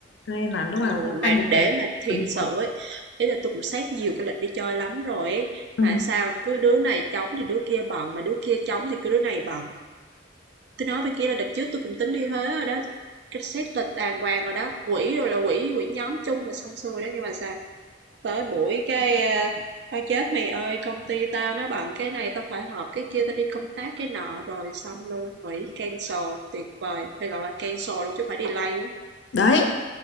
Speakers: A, on the left (about 65°); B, on the right (about 60°).
A: Cho nên là lúc
B: Ồ,
A: nào tôi canh
B: mà
A: được
B: để
A: vé
B: mà thiệt
A: tôi đi
B: sự
A: luôn.
B: ấy, ý là tôi cũng xét nhiều cái lịch đi chơi lắm rồi ấy,
A: Ừ.
B: mà sao cứ đứa này trống thì đứa kia bận, mà đứa kia trống thì cứ đứa này bận. tôi nói bên kia là đợt trước tôi cũng tính đi Huế rồi đó, cái xét lịch đàng hoàng rồi đó, quỹ rồi là quỹ quỹ nhóm chung là xong xuôi đó nhưng mà sao Tới buổi cái, a, "Thôi chết mày ơi, công ty tao nó bận cái này tao phải họp cái kia, tao đi công tác cái nọ" rồi xong luôn, hủy, cancel, tuyệt vời, phải gọi là cancel luôn chứ không phải delay á.
A: Đấy.